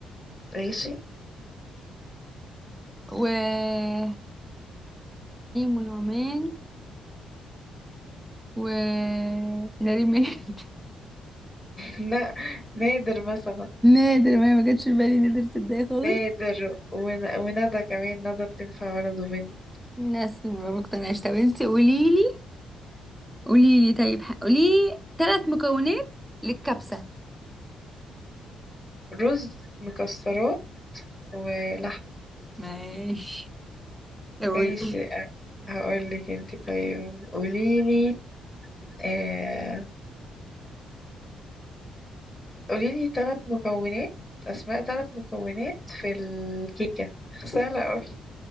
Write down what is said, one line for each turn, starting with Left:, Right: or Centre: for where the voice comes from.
Left: ماشي
Centre: ونعيم ونعمان ونادر ماهر
Left: لا نادر مثلا
Centre: <laughs> نادر ماهر ما جاتش في بالي نادر تصدقي خالص
Left: نادر ون- وندى كمان ندى بتنفع ولد وبنت
Centre: بس ما بقتنعش طب انتي قوليلي قوليلي طيب ح- قوليلي ثلاث مكونات للكبسة
Left: رز مكسرات ولحم
Centre: ماشي طب قولي.
Left: ماشي هقول لك انت طيب قوليلي آه قوليلي ثلاث مكونات اسماء ثلاث مكونات في الكيكة سهلة قوي